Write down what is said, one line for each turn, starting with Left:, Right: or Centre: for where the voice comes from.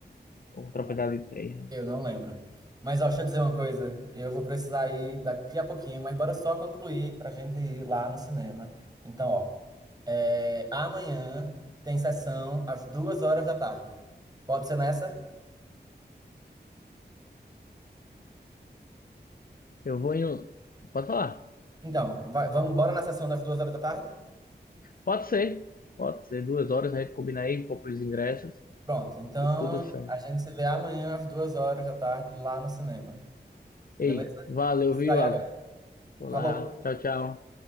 Left: ou tropa
Right: Bom,
Left: de 3 né, no
Right: eu não
Left: caso.
Right: lembro. Mas ó, deixa eu dizer uma coisa. Eu vou precisar ir daqui a pouquinho, mas bora só concluir pra gente ir lá no cinema. Então, ó, é, amanhã tem sessão às duas horas da tarde. Pode ser nessa?
Left: Eu vou em. um- Pode falar?
Right: Então, vai- vamos, bora na sessão das duas horas da tarde?
Left: Pode ser. Pode ser. Duas horas a gente combina aí, compra os ingressos
Right: Pronto. Então,
Left: e tudo certo.
Right: a gente se vê amanhã às duas horas da tarde lá no cinema.
Left: Ei,
Right: Beleza?
Left: valeu,
Right: Vou precisar
Left: viu,
Right: ir
Left: Iago?
Right: agora.
Left: Olá.
Right: Falou.
Left: Tchau, tchau.